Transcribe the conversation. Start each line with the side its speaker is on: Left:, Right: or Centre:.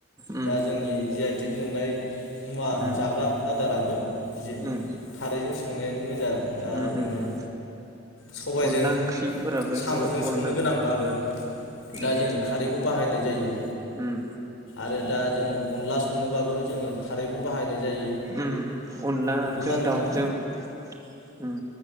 Right: उम
Left: दा जोंनि जि आइ थेग मोननाय मुवा
Right: उम
Left: जाग्रा आदाराबो जे
Right: उम
Left: बेजों संनायानो बे जा आरो दा
Right: उम उम
Left: जोङो
Right: उम
Left: सबायजों
Right: अनला ओंख्रिफोराबो
Left: साम'जों
Right: जोबोद अनला
Left: संनो गोनांबाबो दा
Right: उम
Left: जोङो खारैखौ बाहायनाय जायो।
Right: उम।
Left: आरो दा जोङो अनला संनोबाबो जोङो खारैखौ बाहायनाय जायो
Right: उम अनलाजों
Left: नंगौना नोंथां?
Right: दाउ जों उम